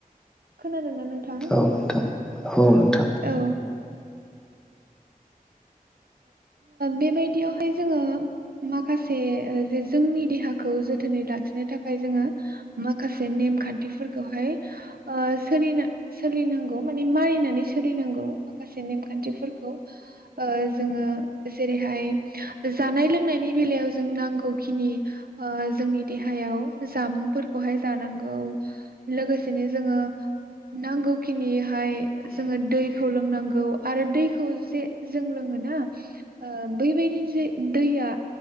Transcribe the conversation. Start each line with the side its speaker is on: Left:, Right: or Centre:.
Right: खोना दोंना नोंथां
Centre: औ नोंथां औ नोंथां
Right: औ बेबायदियावहाय जोङो माखासे जे जोंनि देहाखौ जोथोनै लाखिनो थाखाय जोङो माखासे नेमखान्थिफोरखौहाय सोना सोलिनांगौ माने मारिनानै सोलिनांगौ माखासे नेमखान्थिफोरखौ ओ जोङो जेरैहाय जानाय लोंनायनि बेलायाव जों नांगौखिनि जोंनि देहायाव जामुंफोरखौहाय जानांगौ लोगोसेनो जोङो नांगौखिनिहाय जोङो दै दैखौ लोंनांगौ आरो दैखौ जे जों लों ओ बैबायदि जे दैया